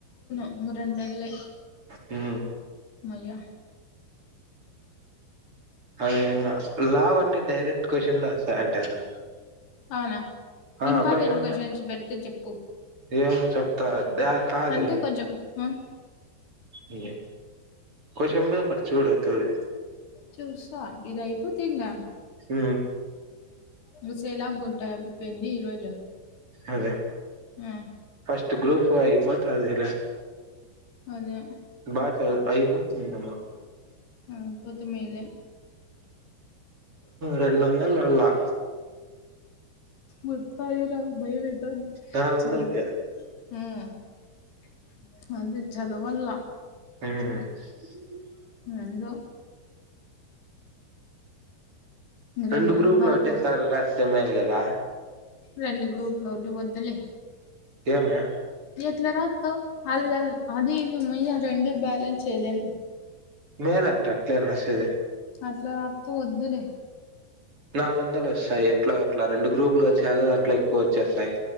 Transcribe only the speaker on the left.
హు రెండునెల్లే
హమ్మయ్యా
అవునా
ఇంపార్టెంట్
క్వశ్చన్స్ పెడితే చెప్పు
అంటే కొంచెం ఆ
చూసా ఇది అయిపోతే ఇంగ
హు సేలాబ్ గుట్ట అయిపోయింది ఈరోజు
ఆ
అదే
అయిపోతేమేలే
వత్తాయో రావో భయం ఆ <unintelligible>
చదువు హు అది చదవల్లా
ఏందో ఇంగ
నెలలు
బాగా
రెండు గ్రూపులు వద్దు వద్దులే
ఎట్లా రాత్తవ్ అది కాదు అది ఇది అమ్మాయ రెండు బ్యాలెన్స్ చేయలేం
అట్లా రాస్తే వద్దులే